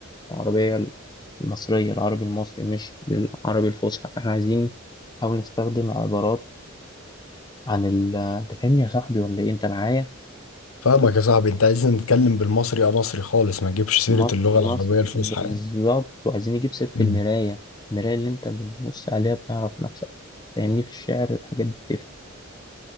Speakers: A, on the left; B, on the left.
A: بالعربية المصرية العربي المصري مش بالعربي الفصحى فاحنا عايزين نحاول نستخدم عبارات عن ال انت فاهمني يا صاحبي ولا ايه انت معايا
B: فاهمك يا صاحبي انت عايزني نتكلم بالمصري اه مصري خالص ما تجيبش سيرة
A: مصري
B: اللغة العربية
A: مصري
B: الفصحى
A: بالظبط
B: يعني
A: وعايزين نجيب سيرة
B: مم.
A: المراية المراية اللي انت بتبص عليها بتعرف نفسك لأن في الشعر الحاجات دي بتفرق